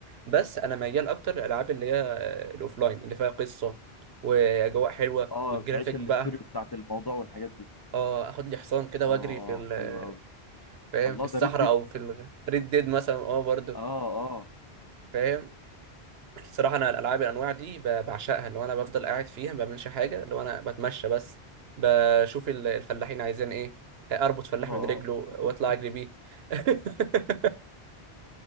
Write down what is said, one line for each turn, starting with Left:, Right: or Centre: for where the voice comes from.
Right: بس انا ميال
Left: مم.
Right: اكتر الالعاب اللي هي آه، الاوفلاين اللي فيها قصه واجواء حلوه
Left: اه
Right: والجرافيك
Left: بتعيش الستوري
Right: بقى
Left: بتاعت الموضوع والحاجات دي
Right: اه اخد لي حصان كده
Left: اه
Right: واجري في
Left: اه
Right: ال-
Left: حلو قوي
Right: فاهم
Left: الله
Right: في الصحراء
Left: ده ريد ديد
Right: او في الريد ديد مثلا اه برضو
Left: اه اه
Right: فاهم الصراحه انا الالعاب الانواع دي ب- بعشقها اللي هو انا بفضل قاعد فيها ما بعملش حاجه اللي هو انا بتمشى بس بشوف ال- الفلاحين عايزين ايه اربط فلاح
Left: اه
Right: من رجله
Left: اه
Right: واطلع اجري بيه <laughs>